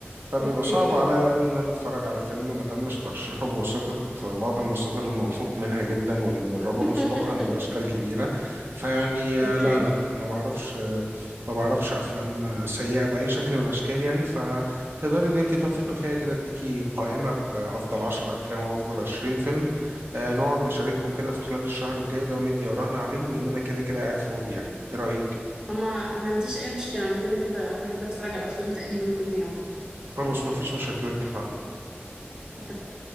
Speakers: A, on the right; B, on the right.
A: فبيبقى
B: اوكي
A: صعب عليا قوي ان انا اتفرج على فيلم ما تمش ترشيحه بواسطة بعض المصادر الموثوق منها جدا والمجربة
B: <laughs>
A: مسبقا باشكال كبيرة فيعني آه،
B: اوكي
A: لا لا ما بعرفش آه، ما بعرفش افلام آه، سيئة باي شكل من الاشكال يعني فتقدري ان انت تثقي فيها كده اديكي قائمة بافضل 10 افلام وافضل 20 فيلم آه، نقعد نشاركهم كده في خلال الشهر الجاي ده وندي آرائنا عليهم لأن أنا كده كده قاعد فاضي يعني إيه رأيك؟
B: اما ما عنديش اي مشكله انا كده كده بحب اتفرج على افلام تقريبا كل يوم
A: خلاص مفيش مشاكل اتفقنا
B: اتفق